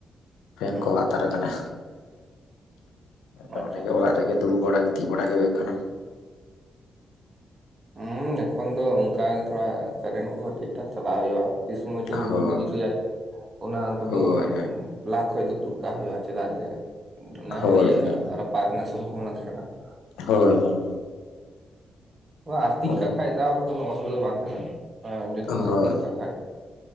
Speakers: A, on the left; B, on the right.
A: ᱯᱷᱮᱱ
B: ᱦᱮᱸ
A: ᱠᱚ ᱟᱛᱟᱨ ᱠᱟᱱᱟ ᱾ ᱟᱫᱚ
B: ᱟᱪᱪᱷᱟ
A: ᱚᱱᱟᱜᱮ
B: ᱟᱪᱪᱷᱟ
A: ᱚᱲᱟᱜ ᱨᱮᱜᱮ ᱫᱩᱲᱩᱵ ᱵᱟᱲᱟ ᱜᱤᱛᱤᱡ ᱵᱟᱲᱟ ᱜᱮ ᱦᱩᱭᱩᱜ ᱠᱟᱱᱟ ᱾
B: ᱦᱮᱸ ᱮᱠᱷᱚᱱ ᱫᱚ ᱚᱱᱠᱟ ᱛᱷᱚᱲᱟ ᱠᱟᱨᱮᱱᱴ ᱠᱚᱦᱚᱸ ᱴᱷᱤᱠ ᱴᱷᱟᱠ ᱪᱟᱞᱟᱣ ᱦᱩᱭᱩᱜᱼᱟ ᱾ ᱛᱤᱱ ᱥᱚᱢᱚᱭ ᱪᱚ ᱦᱩᱰᱩᱨ
A: ᱦᱳᱭ
B: ᱵᱤᱡᱽᱞᱤᱭᱟᱭ ᱚᱱᱟ ᱩᱱᱠᱩ
A: ᱦᱳᱭ
B: ᱫᱚᱼᱼ ᱯᱷᱞᱟᱠ ᱠᱷᱚᱡ ᱫᱚ ᱛᱩᱫᱠᱟᱜ ᱦᱩᱭᱩᱜᱼᱟ, ᱪᱮᱫᱟᱜ ᱡᱮ ᱚᱱᱟ
A: ᱦᱳᱭ
B: ᱦᱚᱸ ᱤᱭᱟᱹ
A: ᱦᱳᱭ
B: ᱨᱟᱯᱟᱜ ᱨᱮᱱᱟᱜ ᱥᱚᱢᱵᱷᱚᱵᱚᱱᱟ ᱛᱟᱦᱮᱸᱱᱟ ᱾
A: ᱦᱳᱭ ᱦᱳᱭ
B: ᱟᱨᱛᱷᱤᱝ
A: ᱦᱳᱭ
B: ᱠᱟᱜ ᱠᱷᱟᱡ ᱛᱟᱦᱚᱞᱮ ᱠᱳᱱᱳ ᱚᱥᱩᱵᱤᱫᱷᱟ ᱵᱟᱝ ᱛᱟᱦᱮᱱᱟ ᱾ ᱦᱮᱸ ᱡᱩᱫᱤᱢ
A: ᱦᱳᱭ
B: ᱟᱨᱛᱷᱤᱝ ᱠᱟᱜ ᱠᱷᱟᱡ,